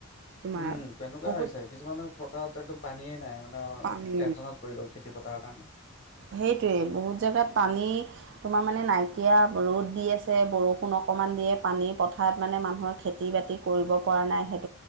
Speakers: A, on the right; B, on the left.
A: তোমাৰ
B: উম তেনেকুৱাই
A: বহুত
B: হৈছে কিছুমানৰ পথাৰত একদম পানীয়েই নাই মানে
A: পানী
B: টেনচনত পৰি গ'ল। খেতি পতাৰ কামে
A: সেইটোৱে বহুত জাগাত পানী তোমাৰ মানে নাইকিয়া ৰ'দ দি আছে বৰষুণ অকমান দিয়ে পানী পথাৰত মানে মানুহৰ খেতি- বাতি কৰিব পৰা নাই সেই